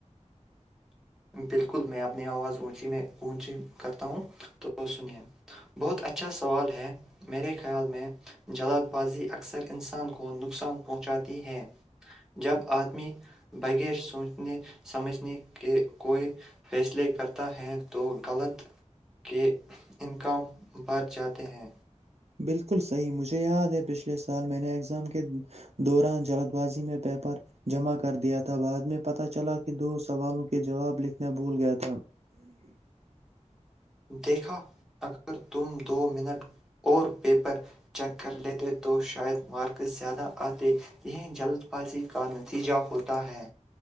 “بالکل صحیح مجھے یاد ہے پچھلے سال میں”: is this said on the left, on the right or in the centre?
Right